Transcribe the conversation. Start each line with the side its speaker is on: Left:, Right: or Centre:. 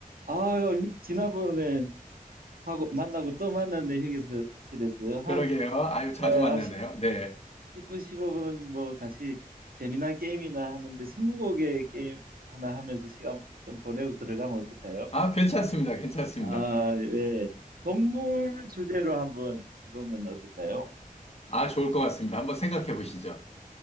Right: 아, 요, 지난번에 하고 만나고 또 만났네 휴게실에서요. 한,
Left: 그러게요. 아유, 자주
Right: 예, 한
Left: 만나네요.
Right: 10,
Left: 네.
Right: 분 15분 뭐 같이 재미난 게임이나 하는데 스무고개 게임 하나 하면서 시간 좀 보내고 들어가면 어떨까요?
Left: 아, 괜찮습니다. 괜찮습니다.
Right: 아, 예. 동물 주제로 한번 해보면 어떨까요?
Left: 아, 좋을 것 같습니다. 한번 생각해 보시죠.